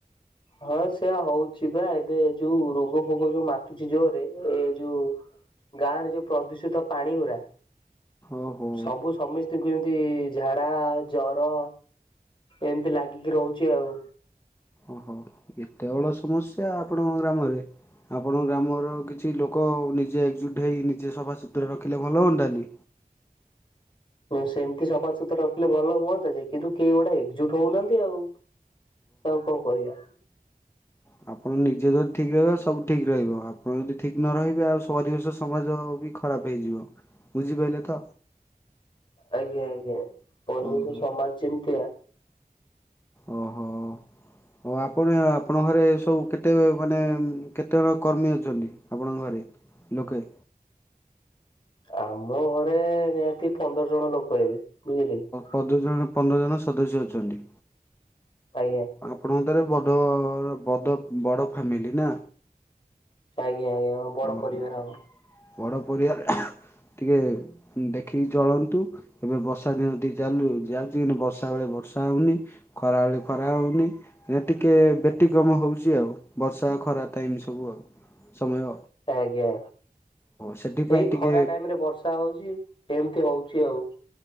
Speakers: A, on the left (about 35°); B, on the left (about 15°).
A: ହଁ ସେୟା ହଉଛି ପା ଏବେ ଯୋଉ ରୋଗ ଫୋଗ ଯୋଉ ମାତୁଛି ଯୋରେ ଏ ଯୋଉ। ଗାଁ ରେ ଯୋଉ ପ୍ରଦୂଷିତ ପାଣି ଗୁରା।
B: ଓହୋ
A: ସବୁ ସମିସ ତିକୁ ଏମିତି ଝାଡା, ଜର ଏମିତି ଲାଗିକି ରହୁଛି ଆଉ।
B: ଓହୋ ଏତେ ବଡ ସମସ୍ୟା ଆପଣଙ୍କ ଗ୍ରାମରେ। ଆପଣଙ୍କ ଗ୍ରାମର କିଛି ଲୋକ ନିଜେ ଏକଜୁଟ ହେଇ ନିଜେ ସଫାସୁତୁରା ରଖିଲେ ଭଲ ହୁଅନ୍ତାନି।
A: ନାଇ ସେମିତି ସଫାସୁତୁରା ରଖିଲେ ଭଲ ହୁଅନ୍ତା ଯେ କିନ୍ତୁ କେହି ଗୋଟେ ଏକଜୁଟ ହଉନାହାନ୍ତି ଆଉ। ଆଉ କଣ କହିବା।
B: ହ ଆପଣ ନିଜେ ଯଦି ଠିକ୍ ରହିବ ସବୁ ଠିକ୍ ରହିବ ଆପଣ ଯଦି ଠିକ ନ ରହିବେ ଆଉ ସ ପରିବେଶ, ସମାଜ ବି। ଖରାପ ହେଇଯିବ। ବୁଝିପାଇଲେ ତ?
A: ଆଜ୍ଞା ଆଜ୍ଞା ପରିବେଶ,
B: ଓହୋ
A: ସମାଜ ଯେମତିଆ।
B: ଓହୋ। ହଉ ଆପଣ ଆପଣଙ୍କ ଘରେ ସବୁ କେତେ ମାନେ ଉଁ କେତେଜଣ କର୍ମୀ ଅଛନ୍ତି? ଆପଣଙ୍କ ଘରେ ଲୋକେ।
A: ଆମ ଘରେ ନିହାତି ପନ୍ଦର ଜଣ ଲୋକ ହେବେ ବୁଝିଲେ କି।
B: ପନ୍ଦର ଜଣ ପନ୍ଦର ଜଣ ସଦସ୍ୟ ଅଛନ୍ତି।
A: ଆଜ୍ଞା।
B: ଆପଣଙ୍କତରେ ବଡ଼ ବଡ଼ ବଡ଼ ଫ୍ୟାମିଲି ନା?
A: ଆଜ୍ଞା ଆଜ୍ଞା ହଁ ବଡ
B: ଓହୋ
A: ପରିବାର ଆଉ।
B: ବଡ଼ ପରିବାର ଟିକେ ଦେଖିକି ଚଳନ୍ତୁ ଏବେ ବର୍ଷା ଦିନ ଟିକେ ଚାଲୁ ଯାଉଛି ବର୍ଷା ବେଳେ ବର୍ଷା ହଉନି। ଖରାବେେଳେ ଖରା ହଉନି। ନା ଟିକେ ବ୍ୟତିକ୍ରମ ହେଉଛି ଆଉ ବର୍ଷା ଖରା ଟାଇମ୍ ସବୁ ଆଉ ସମୟ
A: ଆଜ୍ଞା
B: ସେଥିପାଇଁ
A: ସେଇ
B: ଟିକେ
A: ଖରା ଟାଇମ ରେ ବର୍ଷା ହଉଛି। ଏମିତି ହଉଛି ଆଉ।